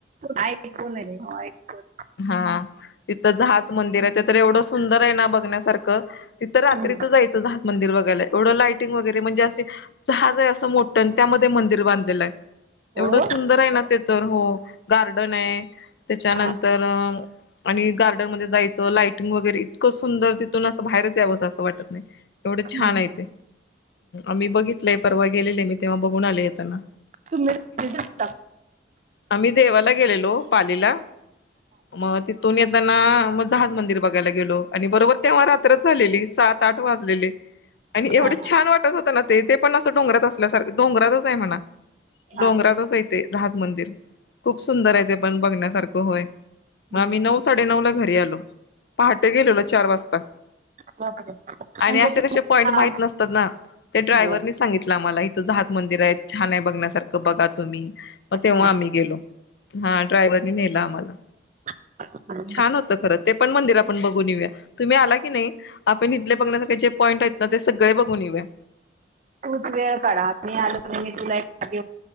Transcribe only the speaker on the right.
ऐकून आहे हो, ऐकून आहे.
हम्म.
हो
हा.
हम्म.
तु मता
हा, हा,
हा.
हम्म.
बापरे. म्हणजे
तुम्हाला
हा.
हो.
हा.
<inaudible>
तूच वेळ काढ आत मी आलो की नाय मी तुला एकट